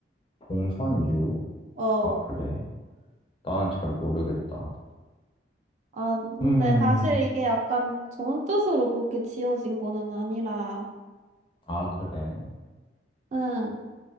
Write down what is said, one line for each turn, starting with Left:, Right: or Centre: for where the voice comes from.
Left: 봉선유?
Right: 어,
Left: 아, 그래. 난 잘 모르겠다.
Right: 아, 근데
Left: 음,
Right: 사실 이게 약간 좋은 뜻으로 그렇게 지어진 거는 아니라.
Left: 아, 그래.
Right: 응.